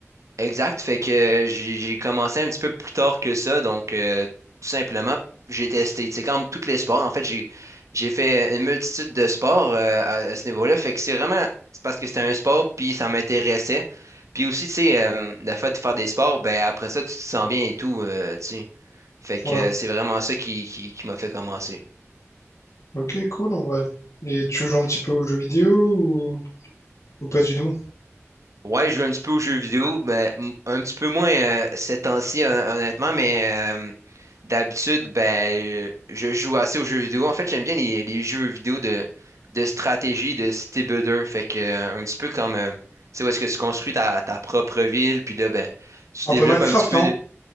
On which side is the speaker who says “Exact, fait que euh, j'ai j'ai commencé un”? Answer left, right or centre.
Right